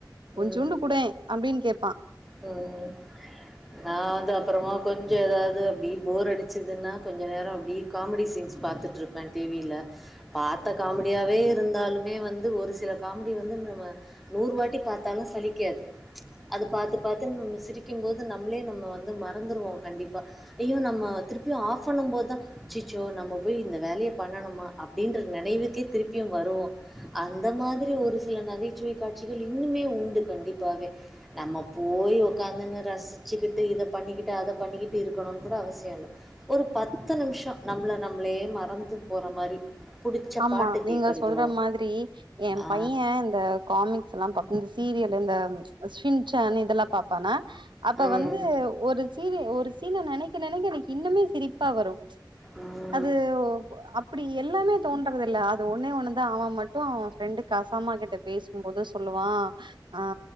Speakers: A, on the right; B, in the centre.
A: கொஞ்சோண்டு
B: ம்
A: கூடே அப்டினு கேப்பா
B: ம் நா வந்து அப்பறமா கொஞ்சோ ஏதாவது அப்டியே போர் அடிச்சிதுன்னா கொஞ்ச நேரோ அப்டி காமெடி சீன்ஸ் பாத்துட்ருப்பே டி வி யில பாத்த காமெடியாவே இருந்தாலுமே வந்து ஒரு சில காமெடி வந்து நம்ம நூறு வாட்டி பாத் தாலு சலிக்காது அத பாத்து பாத்து நம்ம சிரிக்கும்போது நம்மளே நம்ம வந்து மறந்துருவோ கண்டிப்பா ஐயோ நம்ம திருப்பியு ஆஃப் பண்ணும் போதுதா அச்சச்சோ நம்ம போயி இந்த வேலய பண்ணனுமா அப்படின்ற நெனைவுக்கே திருப்பியு வருவோ அந்த மாதிரி ஒரு சில நகைச்சுவை காட்சிகள் இன்னுமே உண்டு கண்டிப்பாவே நம்ம போயி ஒக்காந்து <unintelligible> ரசிச் சுக்கிட்டு இத பண்ணிக்கிட்டு அத பண்ணிக்கிட்டு இருக்கணும்னு கூட அவசியோ இல்ல ஒரு பத்து நிம்ஷோ நம்மள நம்ளே மறந்து போற மாரி புடிச்ச
A: ஆமா
B: பாட்டு
A: நீங்க
B: கேட்கறதோ,
A: சொல்ற மாதிரி ஏ
B: ஆ,
A: பையே இந்த காமிக்ஸ் எல்லா தப்பு இந்த சீரியலு இந்த சிங்சான் இதெல்லா பாப்பான அப்ப
B: ஆ. ம்,
A: வந்து ஒரு சீன ஒரு சீனை நெனைக்க நெனைக்க என்க்கு இன்னுமே சிரிப்பா வரு
B: ம்
A: அது ஒ அப்டி எல்லாமே தோன்றது இல்ல அது ஒன்னே ஒன்னுதா அவன் மட்டும் அவன் ஃப்ரெண்டு கசாமா கிட்ட பேசும்போது சொல்லுவா ஆ